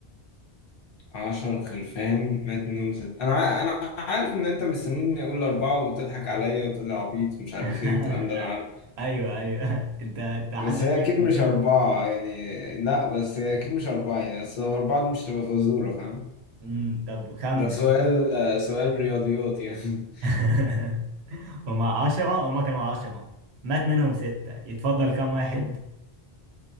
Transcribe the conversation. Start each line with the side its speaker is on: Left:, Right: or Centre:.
Left: عشر خرفان مات منهم ست أنا ع... أنا عارف إن أنت مستنيني أقول أربعة وتضحك عليا وتقول لي عبيط مش عارف
Right: <laughs>
Left: إيه الكلام ده أنا عارف
Right: ايوه ايوه انت انت حد
Left: بس
Right: قال
Left: هي أكيد
Right: لك قبل
Left: مش
Right: كده؟
Left: أربعة يعني لا بس هي أكيد مش أربعة يعني أصل لو أربعة دي مش تبقى فزورة فاهم
Right: امم طب خمن
Left: ده سؤال سؤال رياضيات يعني
Right: <laughs> هم 10 هم كانوا 10 مات منهم ستة يتفضل كام واحد؟